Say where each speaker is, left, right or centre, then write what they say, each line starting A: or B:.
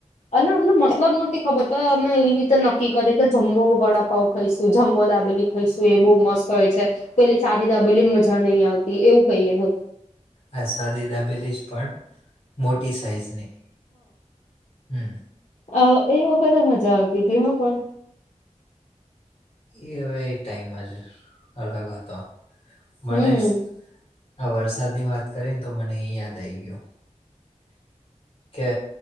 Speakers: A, on the left; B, on the left.
A: અને અમને મતલબ નતી ખબર તો અમે એવી રીતે નક્કી કરીયુ કે જમ્બો વડાપાવ ખઈશું જમબો દાબેલી ખઈશું એ બઉં મસ્ત હોય છે, પેલી સાદી દાબેલી મજા નહી આવતી એવું કહીએ બોલ
B: આ સાદી દાબેલી જ પણ મોટી સાઇઝની હમ્મ
A: અ એ વખતે મજા આવતી તી હો પણ
B: એ હવે એ ટાઈમ જ અલગ હતો
A: હમ
B: મનેસ આ વરસાદ ની વાત કરી ને તો મને એ યાદ આઈ ગ્યો. કે